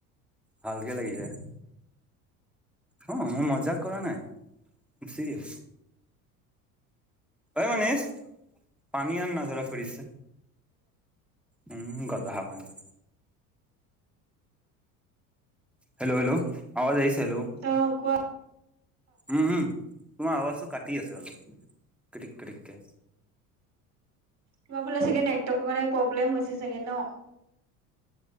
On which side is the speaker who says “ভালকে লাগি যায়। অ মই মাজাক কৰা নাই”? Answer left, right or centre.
Centre